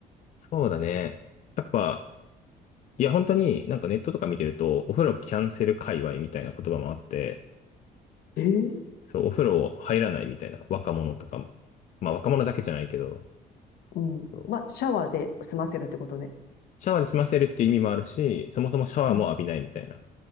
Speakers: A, on the left; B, on the left.
A: そうだね。やっぱ、いや、本当になんかネットとか見てると、お風呂キャンセル界隈みたいな言葉もあって、
B: えー
A: そう、お風呂入らないみたいな若者とかも、まあ若者だけじゃないけど、
B: うん。
A: そう
B: まあ、シャワーで済ませるってことね。
A: シャワーで済ませるっていう意味もあるし、そもそもシャワーも浴びないみたいな。
B: うん。